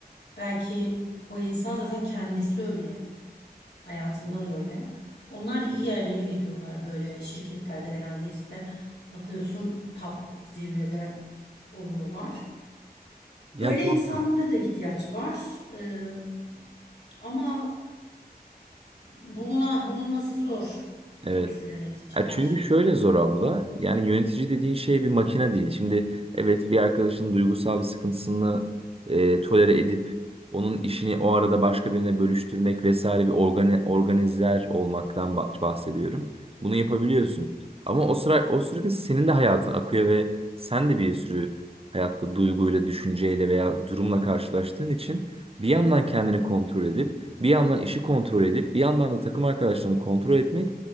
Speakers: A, on the left; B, on the right.
A: Belki o insan zaten kendisi öyle. Hayatında da öyle. Onlar iyi yerlere geliyorlar böyle şirketlerde genelde işte bakıyorsun tap zirvede oluyorlar.
B: Ya
A: Öyle
B: doğru.
A: insanlara da ihtiyaç var. Ee, ama buluna, bulunması zor
B: Evet.
A: o tür yöneticiler.
B: Ya çünkü şöyle zor abla. Yani yönetici dediğin şey bir makine değil. Şimdi evet bir arkadaşın duygusal bir sıkıntısını e, tolere edip onun işini o arada başka birine bölüştürmek vesaire bir organi organizer olmaktan bah- bahsediyorum. Bunu yapabiliyorsun. Ama o sıra o sürede senin de hayatın akıyor ve sen de bir sürü hayatta duyguyla, düşünceyle veya durumla karşılaştığın için bir yandan kendini kontrol edip, bir yandan işi kontrol edip, bir yandan da takım arkadaşlarını kontrol etmek